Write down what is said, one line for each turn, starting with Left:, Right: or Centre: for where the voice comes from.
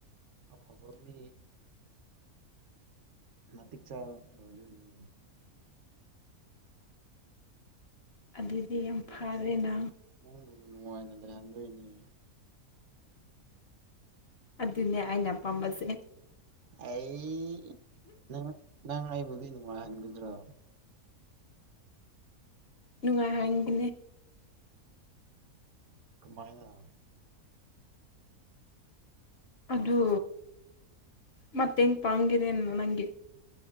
Right: ꯑꯐꯕ ꯃꯤ ꯃꯇꯤꯛ ꯆꯥꯕ ꯃꯤ ꯑꯣꯢꯗꯣꯢꯅꯦ
Left: ꯑꯗꯨꯗꯤ ꯌꯥꯝ
Right: ꯅꯪ
Left: ꯐꯔꯦꯅ
Right: ꯅꯪ ꯅꯪꯕꯨ ꯅꯨꯡꯉꯥꯏꯅ ꯂꯩꯍꯟꯗꯣꯏꯅꯦ
Left: ꯑꯗꯨꯅꯦ ꯑꯩꯅ ꯄꯥꯝꯕꯁꯦ
Right: ꯑꯩ ꯅꯪ ꯅꯪ ꯑꯩꯥꯕꯨ ꯗꯤ ꯅꯨꯡꯉꯥꯏ ꯍꯟꯒꯗ꯭ꯔꯣ
Left: ꯅꯨꯡꯉꯥꯏꯍꯟꯒꯅꯤ
Right: ꯀꯃꯥꯏꯅ
Left: ꯑꯗꯨ ꯃꯇꯦꯡ ꯄꯥꯡꯒꯦꯅꯦ ꯅꯪꯒꯤ